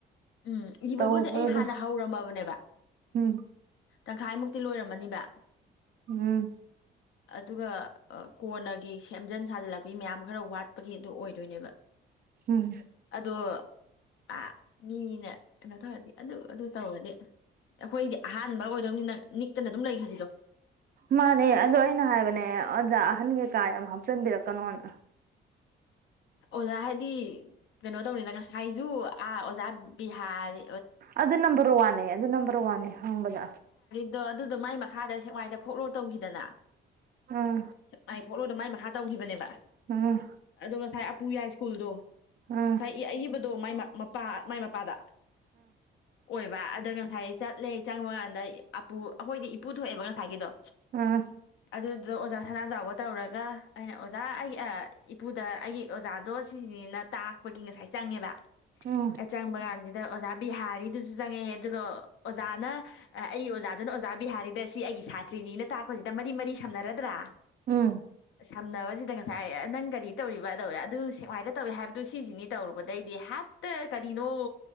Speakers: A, on the left; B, on the right.
A: ꯎꯝ ꯏꯕꯕꯨꯗꯤ
B: ꯇꯧꯕꯗꯤ
A: ꯑꯩ ꯍꯥꯟꯅ ꯍꯧꯔꯝꯃꯕꯅꯦꯕ
B: ꯎꯝ
A: ꯇꯪꯈꯥꯏꯃꯨꯛꯇꯤ ꯂꯣꯏꯔꯝꯃꯅꯤꯕ
B: ꯎꯝ
A: ꯑꯗꯨꯒ ꯀꯣꯟꯅꯒꯤ ꯁꯦꯝꯖꯤꯟ ꯁꯥꯖꯤꯜꯂꯛꯄꯒꯤ ꯃꯌꯥꯝ ꯈꯔ ꯋꯥꯠꯄꯒꯤ ꯑꯗꯨ ꯑꯣꯏꯗꯣꯏꯅꯦꯕ
B: ꯎꯝ
A: ꯑꯗꯣ ꯑꯥ ꯃꯤꯅꯥ ꯀꯩꯅꯣ ꯇꯧꯔꯗꯤ ꯑꯗꯨ ꯑꯗꯨ ꯇꯧꯔꯗꯤ ꯑꯩꯈꯣꯏꯒꯤ ꯑꯍꯥꯟꯕ ꯑꯣꯏꯗꯣꯏꯅꯤꯅ ꯅꯤꯛꯇꯅ ꯑꯗꯨꯝ ꯂꯩꯈꯤꯕꯗꯣ
B: ꯃꯥꯅꯦ ꯑꯗꯣ ꯑꯩꯅ ꯍꯥꯏꯕꯅꯦ ꯑꯣꯖꯥ ꯑꯍꯟ ꯀꯩꯀꯥ ꯌꯥꯝ ꯍꯥꯞꯆꯤꯟꯕꯤꯔꯛꯀꯅꯣꯅ
A: ꯑꯣꯖꯥ ꯍꯥꯏꯗꯤ ꯀꯩꯅꯣ ꯇꯧꯅꯤꯅ ꯉꯁꯥꯏꯖꯨ ꯑ ꯑꯣꯖꯥ ꯕꯤꯍꯥꯔ
B: ꯑꯗꯨ ꯅꯝꯕꯔ ꯋꯥꯟꯅꯦ ꯑꯗꯨ ꯅꯝꯕꯔ ꯋꯥꯟꯅꯦ ꯍꯪꯕꯗꯥ
A: ꯑꯗꯣ ꯑꯗꯨꯗꯣ ꯃꯥꯏ ꯃꯈꯥꯗ ꯁꯦꯡꯋꯥꯏꯗ ꯐꯣꯛꯂꯣꯔ ꯇꯧꯈꯤꯗꯅ
B: ꯎꯝ
A: ꯑꯩꯥꯏ ꯐꯣꯛꯂꯣꯔ ꯃꯥꯏ ꯃꯈꯥ ꯇꯧꯈꯤꯕꯅꯦꯕ
B: ꯎꯝ
A: ꯑꯗꯣ ꯉꯁꯥꯏ ꯄꯨ ꯌꯥꯏ ꯁ꯭ꯀꯨꯜꯗꯣ
B: ꯎꯝ
A: ꯉꯁꯥꯏ ꯑꯏꯕꯗꯣ ꯃꯥꯏ ꯃꯄꯥ ꯃꯥꯏ ꯃꯄꯥꯗ ꯑꯣꯏꯕ ꯑꯗ ꯉꯁꯥꯏ ꯂꯩ ꯆꯪꯕ ꯀꯥꯟꯗ ꯑꯄꯨ ꯑꯩꯈꯣꯏꯗꯤ ꯏꯄꯨ ꯊꯣꯛꯑꯦꯕ ꯉꯁꯥꯏꯒꯤꯗꯣ
B: ꯎꯝ ꯎꯝ
A: ꯑꯗꯨꯗꯣ ꯑꯣꯖꯥ ꯁꯅꯥꯖꯥꯎꯕ ꯇꯧꯔꯒ ꯑꯩꯅ ꯑꯣꯖꯥ ꯑꯩ ꯏꯄꯨꯗ ꯑꯩꯒꯤ ꯑꯣꯖꯥꯗꯣ ꯁꯤꯁꯤꯅꯤꯅ ꯇꯥꯛꯄꯒꯤ ꯉꯁꯥꯏ ꯆꯪꯉꯦꯕ
B: ꯎꯝ
A: ꯑꯦ ꯆꯪꯕꯀꯥꯟ ꯑꯗ ꯑꯣꯖꯥ ꯕꯤꯍꯥꯔꯤꯗꯨꯁꯨ ꯆꯪꯉꯛꯑꯦ ꯑꯗꯨꯒ ꯑꯣꯖꯥꯅ ꯑꯩꯒꯤ ꯑꯣꯖꯥꯗꯨꯅ ꯑꯣꯖꯥ ꯕꯤꯍꯥꯔꯤꯗ ꯁꯤ ꯑꯩꯒꯤ ꯁꯥꯇ꯭ꯔꯤꯅꯤꯅ ꯇꯥꯛꯄꯁꯤꯗ ꯃꯔꯤ ꯃꯔꯤ ꯁꯝꯅꯔꯗ꯭ꯔꯥ
B: ꯎꯝ
A: ꯁꯝꯅꯕꯖꯤꯗ ꯉꯁꯥꯏ ꯅꯪ ꯀꯔꯤ ꯇꯧꯔꯤꯕ ꯇꯧꯔꯤ ꯑꯗꯨ ꯁꯦꯛꯃꯥꯏꯅ ꯇꯧꯏꯤ ꯍꯥꯏꯕꯗꯨ ꯁꯤꯁꯤꯅꯤ ꯇꯧꯔꯨꯕꯗꯩꯗꯤ ꯍꯦꯛꯇ ꯀꯔꯤꯅꯣ